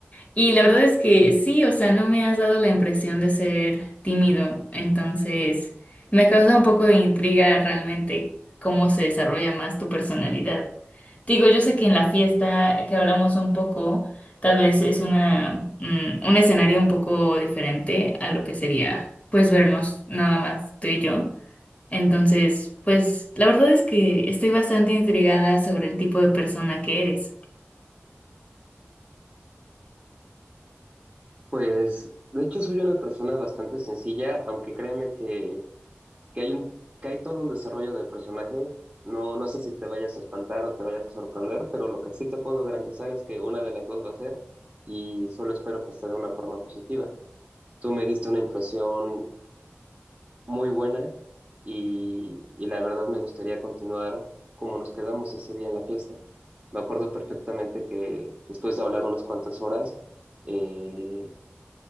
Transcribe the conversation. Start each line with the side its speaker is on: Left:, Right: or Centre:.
Left: Y la verdad es que sí, o sea, no me has dado la impresión de ser tímido, entonces me causa un poco de intriga realmente cómo se desarrolla más tu personalidad. Digo, yo sé que en la fiesta que hablamos un poco, tal vez es una, mm, un escenario un poco diferente a lo que sería, pues, vernos nada más tú y yo. Entonces, pues, la verdad es que estoy bastante intrigada sobre el tipo de persona que eres.
Right: Pues, de hecho, soy una persona bastante sencilla, aunque créeme que, que hay un, que hay todo un desarrollo del personaje. No, no sé si te vayas a espantar o te vayas a sorprender, pero lo que sí te puedo garantizar es que una de las dos va a ser, y solo espero que esté de una forma positiva. Tú me diste una impresión muy buena y, y la verdad me gustaría continuar como nos quedamos ese día en la fiesta. Me acuerdo perfectamente que después de hablar unas cuantas horas, eh,